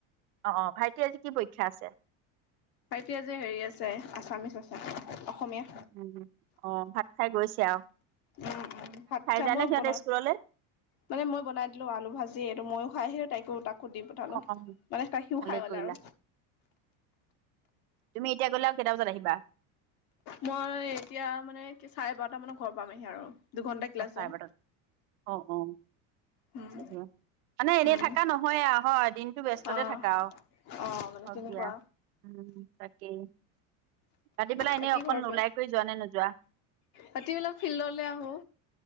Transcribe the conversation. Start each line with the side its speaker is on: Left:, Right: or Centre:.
Right: অ অ ভাইটি আজি কি পৰীক্ষা আছে <inaudible>
Left: ভাইতিয়া যে হেৰি আছে আছামিচ আছে অসমীয়া
Right: উম অহ ভাত খাই গৈছে আৰু
Left: উম, ভাত খাই
Right: যায়
Left: মই
Right: নে সিহঁতে
Left: বনা
Right: স্কুললে
Left: মানে মই বনাই দিলো আলু ভাজি এইটো ময়ো খাই আহিলো তাইকো তাক কুটি পঠালোঁ
Right: অ অ
Left: মানে কাখীও
Right: ভালেই
Left: খাই গ'লে
Right: কৰিলা
Left: আৰু
Right: তুমি এতিয়া গ'লে আৰু কেইটা বজাত আহিবা
Left: মই এতিয়া মানে কি চাৰে বাৰটামানত ঘৰ পামহি আৰু। দুঘন্টা ক্লাছ
Right: অ-
Left: হয়
Right: অ
Left: উম
Right: দিয় মানে এনেই
Left: উম
Right: থকা নহয়ে। দিনটো ব্যস্ততে
Left: অ
Right: থাকা আৰু।
Left: অ মানে
Right: হক
Left: তেনেকুৱা
Right: দিয়া উ, তাকেই। ৰাতি পেলাই
Left: বাকী
Right: এনেই অকন
Left: ঘৰ পাই
Right: ওলাই কৰি যোৱা নে নোযোৱা।
Left: ৰাতি বিলাক ফিল্ডলৈ আহো।